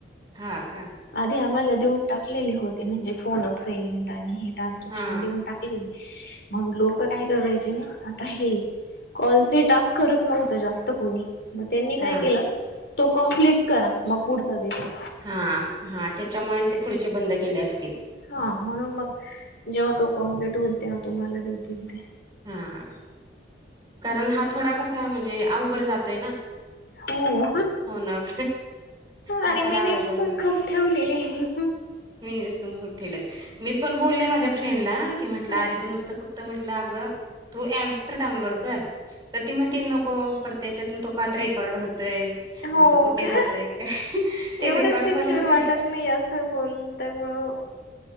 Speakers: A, on the right (about 20°); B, on the left (about 60°).
A: हा, का?
B: आधी आम्हाला देऊन टाकलेले होते, म्हणजे फोन अ फ्रेंड आणि हे टास्क. शिक्षण
A: हा
B: देऊन टाकले मग लोक काय करायचे ना आता हे कॉलचे टास्क करतं नव्हते जास्त कोणी मग त्यांनी काय
A: हा
B: केलं, तो कम्प्लीट करा मगं पुढचा देतो.
A: हां हां, त्याच्यामुळेचं ते पुढचे बंद केले असतील.
B: हा म्हणून मग जेव्हा तो कम्प्लीट होईल, तेव्हा तुम्हाला देतील ते.
A: हा, कारण हा थोडा कसा म्हणजे अवघड जातोयं ना.
B: हो
A: फोन अप हा
B: आणि
A: थोडा
B: मिनिट्स
A: अवघड
B: पण खूप ठेवलेलेय
A: मिनिट खूप ठेवलेत मी पण बोलले माझ्या फ्रेंडला कि म्हटलं
B: हा
A: अरे तो नुसतं फक्त म्हटलं अगं तू ऍप तर डाऊनलोड कर. तर ती म्हणते नको पर त्याच्यातून तो कॉल रेकॉर्ड होतोयं
B: हो
A: मग तो कुठे
B: का
A: जातयं काय ते
B: एवढं
A: रेकॉर्ड
B: सिक्युर
A: कॉल होतयं.
B: वाटत नाही असं बोलल्यामुळं